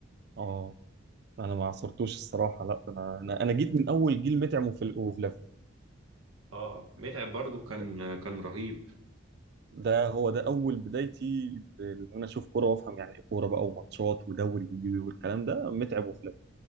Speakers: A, on the right; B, on the right.
A: اه انا ما عصرتوش الصراحه لا انا انا انا جيت من اول جيل متعم وفل- وفلافي
B: أه متعب برضو كان
A: ده,
B: آه، كان رهيب
A: ده هو ده اول بدايتي ان انا اشوف كوره وافهم يعني ايه كوره بقى وماتشات ودوري والكلام ده متعب وفلافي